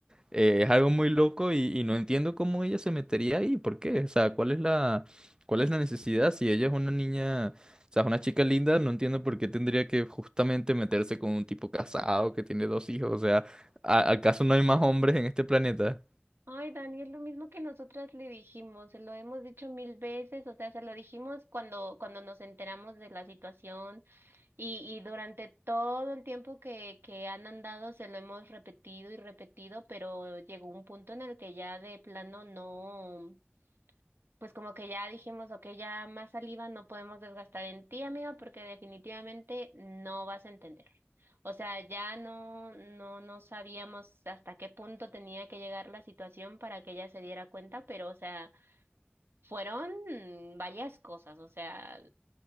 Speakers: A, on the right; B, on the right.
A: Eh, es algo muy loco y, y no entiendo cómo ella se metería ahí, ¿por qué? O sea, ¿cuál es la, cuál es la necesidad? Si ella es una niña, o sea, es una chica linda, no entiendo por qué tendría que justamente meterse con un tipo casado que tiene dos hijos, o sea. ¿A- ¿Acaso no hay más hombres en este planeta?
B: Ay, Dani, es lo mismo que nosotras le dijimos, se lo hemos dicho mil veces, o sea, se lo dijimos cuando, cuando nos enteramos de la situación y, y durante todo el tiempo que, que han andado se lo hemos repetido y repetido, pero llegó un punto en el que ya de plano no. pues como que ya dijimos, ok, ya más saliva no podemos desgastar en ti, amiga, porque definitivamente no vas a entender. O sea, ya no, no, no sabíamos hasta qué punto tenía que llegar la situación para que ella se diera cuenta, pero, o sea, fueron mm, varias cosas. O sea,